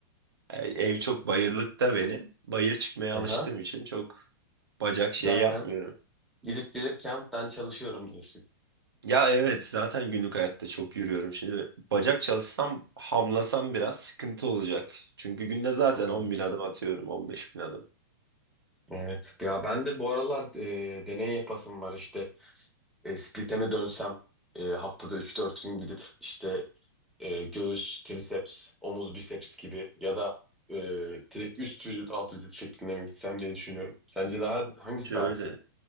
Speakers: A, on the right (about 80°); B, in the centre.
A: E, ev çok bayırlıkta benim. Bayır çıkmaya
B: Aha.
A: alıştığım için çok bacak şey
B: Zaten
A: yapmıyorum.
B: gidip gelirken ben çalışıyorum diyorsun.
A: Ya evet zaten günlük hayatta çok yürüyorum. Şimdi bacak çalışsam hamlasam biraz sıkıntı olacak. Çünkü günde zaten
B: Hı,
A: 10 bin adım atıyorum 15 bin adım.
B: Evet. Ya ben de bu aralar e, deney yapasım var işte. E, Split'e mi dönsem e, haftada üç dört gün gidip işte e, göğüs, triceps, omuz, biceps gibi ya da e, direkt üst vücut, alt vücut şeklinde mi gitsem diye düşünüyorum. Sence daha hangisi
A: Şöyle.
B: daha etkili?